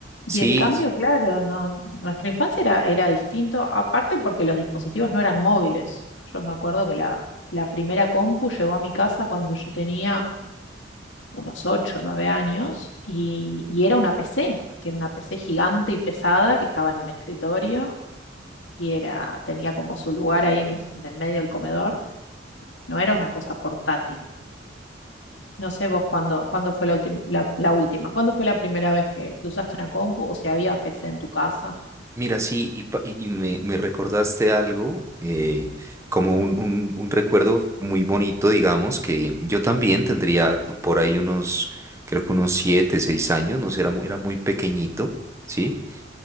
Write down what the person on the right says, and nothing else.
Sí,
Mira, sí, y, pa- y- y me, me recordaste algo, eh, como un, un- un recuerdo muy bonito, digamos, que yo también tendría por ahí unos, creo que unos siete, seis años, no sé, era muy, era muy pequeñito, ¿sí?